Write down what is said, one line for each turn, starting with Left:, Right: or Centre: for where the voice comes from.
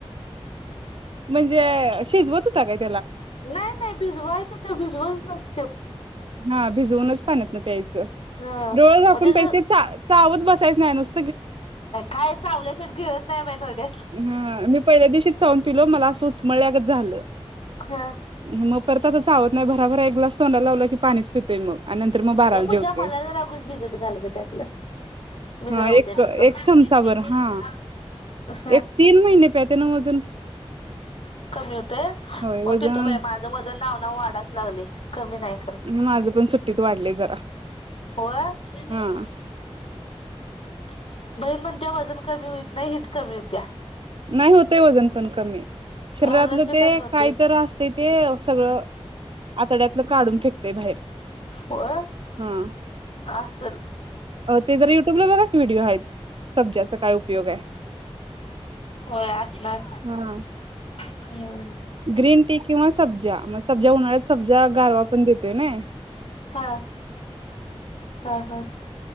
Right: म्हणजे शिजवत- <unintelligible>
Left: नाही नाही भिजवायचं ते भिजवून <unintelligible>
Right: हा भिजवूनच पाण्यातनं प्यायचं.
Left: हा
Right: डोळं झाकून
Left: मग त्याच
Right: प्यायचं. चावत बस- कायच नाय नुस
Left: काय चावल्या शिवट गिळत नाही बाई नरड्यात
Right: हां मी पहिल्या दिवशीच चाऊन पिलो मला असं उचमळल्यागत झालं.
Left: हां.
Right: मग परत आता चावत नाही भराभरा एक ग्लास तोंडाला लावला की पाणीच पितोय मग. आणि नंतर मग बाराला
Left: ए पूजा
Right: जेवतोय.
Left: मला जरा <unintelligible> भिजत घाल त्यातलं मी
Right: हा
Left: जरा
Right: एक
Left: उद्या पितो.
Right: एक
Left: <unintelligible>
Right: चमचाभर हा एक तीन महिने प्या. त्यानं व
Left: कमी हुतंय
Right: होय
Left: म
Right: वजन
Left: पितो बाई माझं वजन नाव नाव वाढायच लागलंय कमी नाही खरं.
Right: माझं पण सुट्टीत वाढलय जरा
Left: होय? <unintelligible>
Right: हा
Left: बहीण म्हणत्या वजन कमी होईत नाही हिट कमी होत्या
Right: नाही होतंय वजन पण कमी शरीरातलं
Left: वजन बी
Right: ते
Left: कमी होतय
Right: काय तर आसतय ते सगळं आतड्यातलं काढून फेकतय बाहेर
Left: होय
Right: हा
Left: असल
Right: ते जरा तुम्ही बघा की व्हिडिओ आहेत सब्जाचा काय उपयोग आहे.
Left: होय आसणार
Right: हा.
Left: हं
Right: ग्रीन टी किंवा सब्ज्या म सब्ज्या उन्हाळ्यात सब्ज्या गारवा पण देतोय नाई
Left: हा हा हा